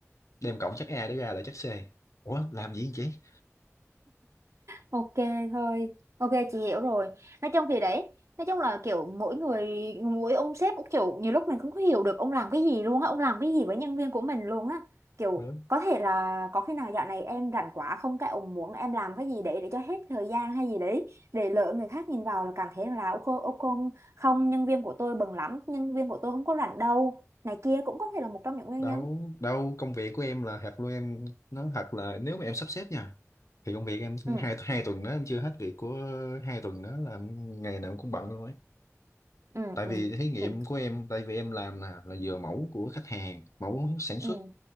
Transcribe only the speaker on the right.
Ok thôi, ok chị hiểu rồi. Nói chung thì đấy, nói chung là kiểu mỗi người, mỗi ông sếp cũng kiểu nhiều lúc mình không có hiểu được ông làm cái gì luôn á, ông làm cái gì với nhân viên của mình luôn á. Kiểu
có thể là có khi nào dạo này em rảnh quá không cái ông muốn em làm cái gì để để cho hết thời gian hay gì đấy để lỡ người khác nhìn vào là cảm thấy là ô cô ô cô không nhân viên của tôi bận lắm, nhân viên của tôi không có rảnh đâu. Này kia cũng có thể là một trong những nguyên
nhân.
Ừ,
ừ,
ừ.
Chị,
ừ.